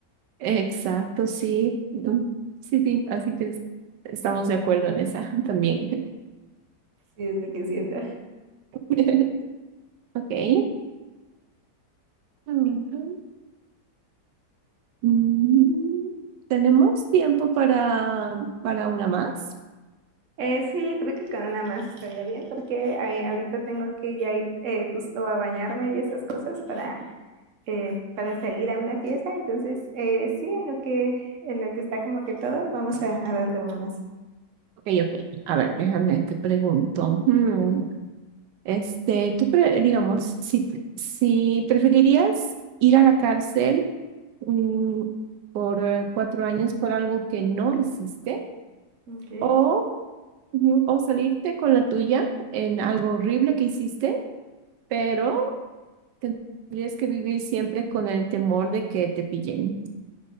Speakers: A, on the right; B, on the right.
A: Exacto, sí. Mm, Sí, sí, así que es- estamos de acuerdo en esa <laughs> también.
B: Sí, es lo que siento.
A: <laughs> Ok. ujú. Mm, ¿Tenemos tiempo para, para una más?
B: Eh, sí, creo que con una más estaría bien porque eh, ahorita tengo que ya ir eh, justo a bañarme y esas cosas para eh, para salir a una fiesta. Entonces, eh, sí, en lo que, en lo que está como que todo, vamos a, a darle una más.
A: Ok, ok. A ver, déjame, te pregunto. Mm, Este, tú, pre- digamos, si, si preferirías ir a la cárcel mm, por eh, cuatro años por algo que no hiciste
B: Ok.
A: o, ujú, o salirte con la tuya en algo horrible que hiciste, pero tendrías que vivir siempre con el temor de que te pillen.